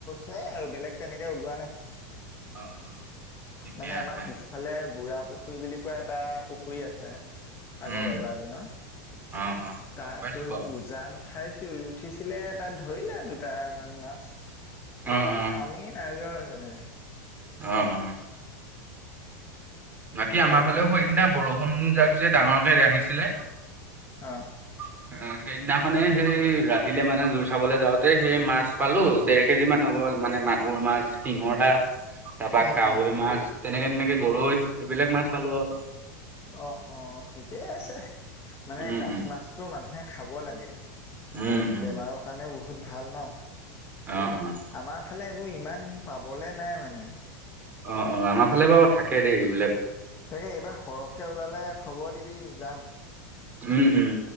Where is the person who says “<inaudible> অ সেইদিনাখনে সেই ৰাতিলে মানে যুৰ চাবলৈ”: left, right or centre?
Right